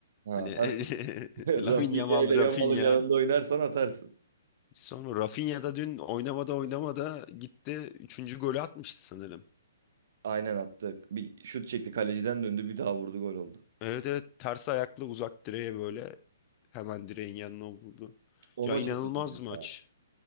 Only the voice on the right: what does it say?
Ha
atarsın. <laughs> Rafinha
ile Yamal'ın
yanında oynarsan atarsın.
Aynen attı. Bir şut çekti kaleciden döndü bir daha vurdu gol oldu.
Ona
çok üzüldüm
ya.